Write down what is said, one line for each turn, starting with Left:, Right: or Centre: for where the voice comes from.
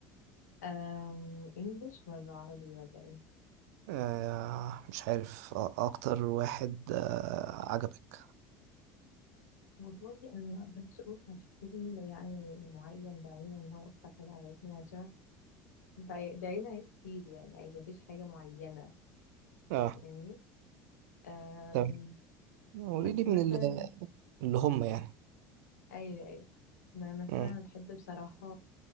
Left: أم، انجلش ولا عربي ولا ايه
Right: آه مش عارف آه، اكتر واحد آه عجبك
Left: والله أنا ما أقدرش أقول كان في فيلم يعني معين بعينه إن هو أكتر حاجة عجبتني عشان بع- بعينها هي كتير يعني عادي مفيش حاجة معينة
Right: اه
Left: فاهمني أم،
Right: تمام قولي
Left: بس
Right: لي من
Left: مثلا
Right: ال- اللي هم يعني
Left: أي أي ما مثلا
Right: مم.
Left: أنا بحب بصراحة